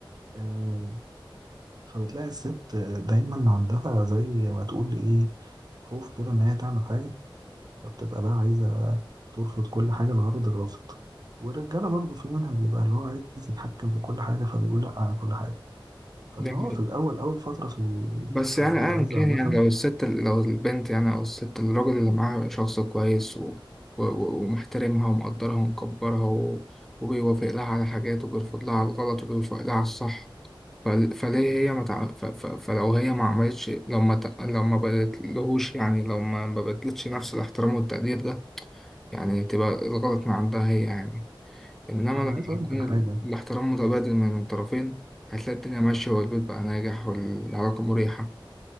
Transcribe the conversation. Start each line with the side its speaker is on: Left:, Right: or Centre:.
Right: آه، فبتلاقي الست دايما عندها زي ما تقول ايه خوف كده ان هي تعمل حاجه فبتبقى بقى عايزة ترفض كل حاجة لغرض الرفض والرجالة برضه في منها بيبقى اللي هو عايز يتحكم في كل حاجة فبيقول لأ على كل حاجة فاللي
Centre: دي حقيقة
Right: هو في الأول أول فترة في
Centre: بس
Right: في
Centre: يعني
Right: الجواز
Centre: أيا كان
Right: عامة
Centre: يعني لو الست لو البنت يعني أو الست الراجل اللي معاها شخص كويس و... و... و- ومحترمها ومقدرها ومكبرها و... وبيوافق لها على حاجات وبيرفض لها على الغلط وبيوافق لها على الصح فل... فليه هي ما تع... ف... ف... فلو هي ما عملتش لو ما ت... لو ما بدتلهوش يعني لو ما ما بدلتش نفس الاحترام والتقدير ده يعني تبقى الغلط من عندها هي يعني إنما
Right: ما
Centre: لما
Right: أنا عايز أقول
Centre: يكون
Right: لك على حاجة
Centre: الاحترام متبادل من الطرفين هتلاقي الدنيا ماشية والبيت بقى ناجح والعلاقة مريحة